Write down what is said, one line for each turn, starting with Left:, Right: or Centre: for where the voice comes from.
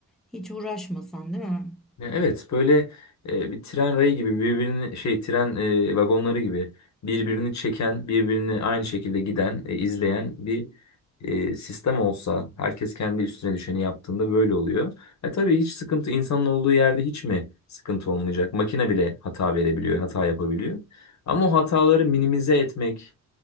Centre: hiç uğraşmasan, değil mi?
Left: Ya evet böyle e, bir tren rayı gibi birbirini şey tren e, vagonları gibi birbirini çeken birbirini aynı şekilde giden e, izleyen bir e, sistem olsa herkes kendi üstüne düşeni yaptığında böyle oluyor. E tabii hiç sıkıntı insanın olduğu yerde hiç mi sıkıntı olmayacak? Makine bile hata verebiliyor, hata yapabiliyor. Ama o hataları minimize etmek